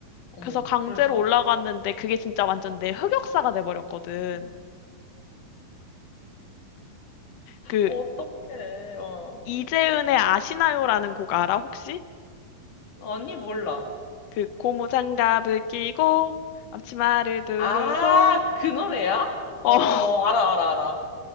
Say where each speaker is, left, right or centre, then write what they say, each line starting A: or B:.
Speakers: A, on the left; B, on the left.
A: 어머머.
B: 그래서 강제로
A: 그래서?
B: 올라갔는데 그게 진짜 완전 내 흑역사가 돼버렸거든. 그
A: 어떡해. 어.
B: 이재은의 아시나요라는 곡 알아 혹시?
A: 언니 몰라.
B: 그 고무장갑을 끼고 앞치마를 두르고
A: 아, 그 노래야? 어,
B: 어 <laughs>
A: 알아, 알아, 알아.